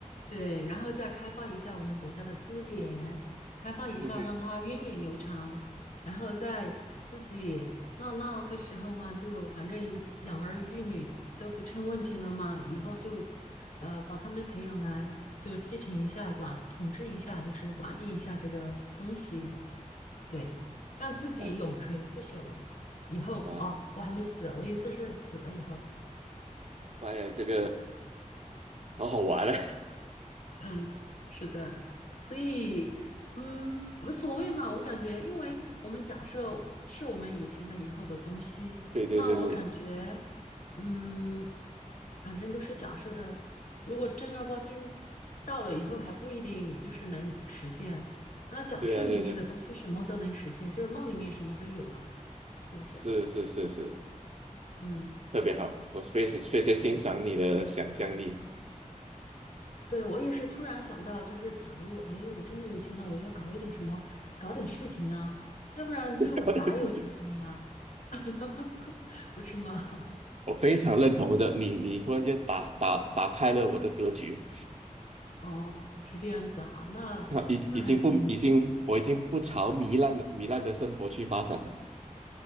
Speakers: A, on the left; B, on the right.
A: 对，然后再开发一下我们国家的资源，开发一下让它源远流长，
B: 嗯哼，
A: 然后在自己那那个时候嘛，就反正养儿育女都不成问题了嘛，以后就
B: <laughs>
A: 呃把他们培养来，
B: 嗯
A: 就继承一下管统治一下，就是管理一下这个东西，对，让自己永垂不朽。
B: 哎，
A: 以后哦，
B: 哇，
A: 我还没死，我意思是死了以后。
B: 妈呀，这个。好好玩啊！
A: 嗯，是的，所以，嗯，无所谓嘛。我感觉，因为我们假设是我们有钱了以后的东西，
B: <laughs> 对对对对
A: 那我感觉，嗯，反正都是假设的。如果正儿八经到了以后，还不一定就是能实现。那假设里面的东西什么都能实现，
B: 对啊对对，
A: 就是梦里面什么都有嘛，是不是？
B: 是是是是，
A: 嗯
B: 特别好，我非常非常欣赏你的想象力，
A: 对，我也是突然想到，就是假如，哎，我真的有钱了，我要搞一点什么，搞点事情啊，要不然就白有钱了呀，
B: <laughs> 搞点事情，
A: <laughs> 不是吗？<laughs>
B: <laughs> 我非常认同的，你你忽然间打打打开了我的格局，
A: 哦，是这样子啊，那那还挺，
B: <laughs> 啊已已经不已经我已经不朝糜烂的糜烂的生活去发展了，